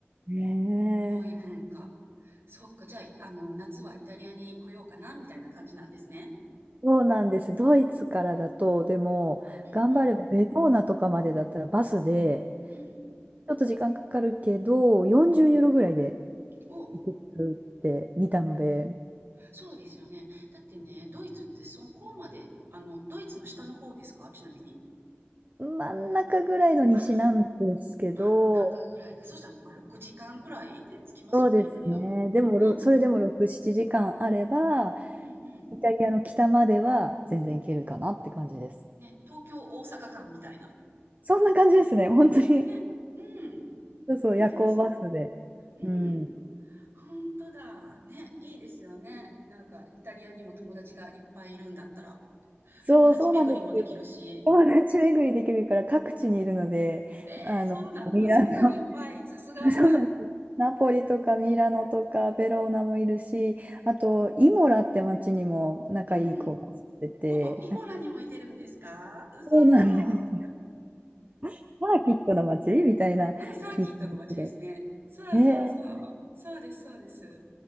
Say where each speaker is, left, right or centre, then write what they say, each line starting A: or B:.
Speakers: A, on the right; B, on the right.
A: ねえ、
B: 恋文化。そっか、じゃあ、あの、夏はイタリアに来ようかな、みたいな感じなんですね。
A: そうなんです。ドイツからだと、でも、
B: うんうん。
A: 頑張ればベローナとかまでだったらバスで、
B: うん。
A: ちょっと時間かかるけどよんじゅうユーロぐらいで
B: お、
A: で行けちゃうって見たので
B: そうですよね。だってね、ドイツってそこまで、あの、ドイツの下の方ですかちなみに。
A: 真ん中ぐらいの西なんですけど、
B: あ、真ん中ぐらいか。そしたら、まあ、6時間ぐらいで着きますよね、
A: そうですね。
B: イタリア。
A: でも、
B: ね。
A: ろそれでも6、7時間あれば、
B: うんうん。
A: イタリアの北までは全然行けるかなって感じです。
B: ね、東京、大阪間みたいな。
A: そんな感じですね。本当に。
B: ね。うん。
A: そうそう、
B: ほんとですよ。
A: 夜行バスで。
B: うん。
A: うん。
B: ほんとだ。ね、いいですよね。なんかイタリアにも友達がいっぱいいるんだったら、
A: そう、
B: 友達巡りもできるし。
A: そうなんです。友達巡りできるから各地にいるので、
B: えーそうなんだ。
A: あの、ミラノ、
B: そんなにいっぱい。さすが。
A: <laughs> そうなんです。ナポリとかミラノとかベローナもいるし、あと、イモラって町にも仲いい子が住んでて、
B: <laughs> うんうん。おお、イモラにもいてるんですか？うそー
A: そうなんです。サーキットの街みたいな聞いたんですけど、
B: うん、サーキットの街ですね。そうそうそう。
A: ねえ
B: そうですそうです。